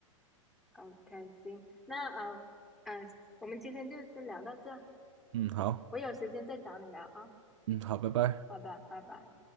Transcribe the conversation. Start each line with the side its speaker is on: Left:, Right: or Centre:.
Centre: ，OK，行，那呃呃，我们今天就先聊到这，
Right: 嗯，好，
Centre: 我有时间再找你聊啊。
Right: 嗯，好，拜拜。
Centre: 好的，拜拜。